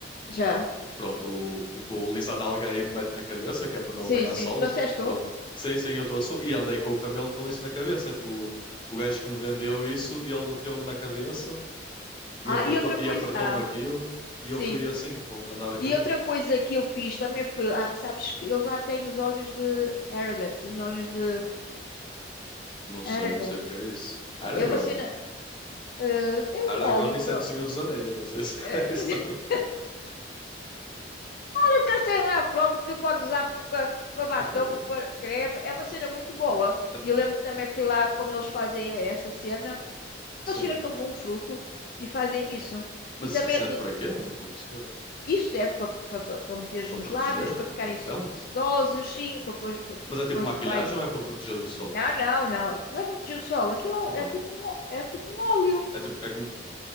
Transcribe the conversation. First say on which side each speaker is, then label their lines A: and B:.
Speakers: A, on the left (about 50°); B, on the left (about 25°).
A: já.
B: Pronto, o, o que o Lisan Algaí mete na cabeça, que é para não
A: Sim,
B: apanhar
A: sim,
B: sol.
A: trouxeste
B: Pronto.
A: um?
B: Sim, sim, eu trouxe um. E andei com o camelo com isso na cabeça, que o, o gajo que me vendeu isso, e ele meteu-me na cabeça. e
A: Ah,
B: apertou,
A: e outra
B: e
A: coisa,
B: apertou-me
A: ah...
B: aquilo e
A: Sim.
B: eu fui assim, com, andar de
A: E
B: camelo.
A: outra coisa que eu fiz também foi, ah, sabes que eles lá têm os olhos de Aragorn, os olhos de
B: Não
A: Aragorn.
B: sei, não sei o que é isso. Aragorn.
A: É uma cena, eh, é um
B: Aragorn
A: óleo,
B: e
A: pro,
B: Sete Senhores dos Anéis, não sei se <laughs>
A: eh,
B: é
A: não
B: isto.
A: sei, <laughs> eu quero ter lá próprio que tu podes usar para batom,
B: Mas para quê?
A: para pôr creme. É uma cena muito boa.
B: É
A: E
B: tipo,
A: eu lembro que também fui lá como eles fazem essa cena.
B: sim.
A: Eles tiram aquilo de um fruto e fazem isso.
B: Mas
A: E também
B: se- serve
A: e
B: para quê? Não estou a perceber.
A: isso serve para meteres
B: Para
A: nos
B: proteger
A: lábios, para ficarem
B: a pele?
A: se- sedosos, sim, para depois, para
B: Mas
A: depois
B: é tipo maquilhagem
A: do banho.
B: ou é para proteger do sol?
A: Não, não, não. Não é produto de solo. Aquilo é um-
B: Então,
A: é tipo um, ó- é tipo um óleo.
B: é tipo, é como.